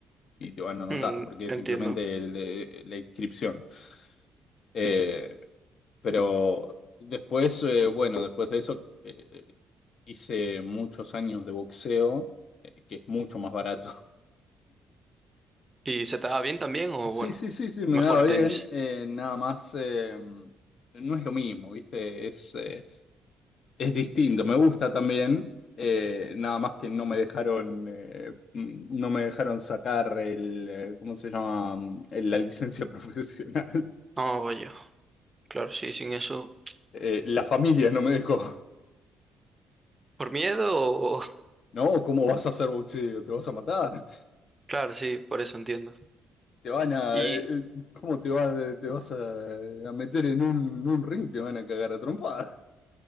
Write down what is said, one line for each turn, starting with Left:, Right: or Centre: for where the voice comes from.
Left: y te van a anotar,
Right: Mm,
Left: porque
Right: entiendo.
Left: es simplemente el- eh, la inscripción. Eh, pero después, eh, bueno, después de eso eh, hice muchos años de boxeo eh, que es mucho más barato. <laughs>
Right: ¿Y se te da bien también o
Left: Sí,
Right: bueno,
Left: sí, sí, sí, me
Right: mejor
Left: daba bien.
Right: tenis?
Left: eh, nada más, eh, no es lo mismo, ¿viste? Es, eh, es distinto, me gusta también. eh, nada más que no me dejaron, eh, mm, no me dejaron sacar el, eh, ¿cómo se llama? Mm, La licencia <laughs> profesional.
Right: Oh, vaya, claro, sí, sin eso.
Left: Eh, la familia no me dejó.
Right: ¿Por miedo o...? <laughs>
Left: No, ¿cómo vas a hacer boxeo? ¿Te vas a matar?
Right: Claro, sí, por eso entiendo.
Left: ¿Te van a,
Right: ¿Y,
Left: eh, eh, cómo te vas, te vas a, a meter en un, un ring? Te van a cagar a trompadas.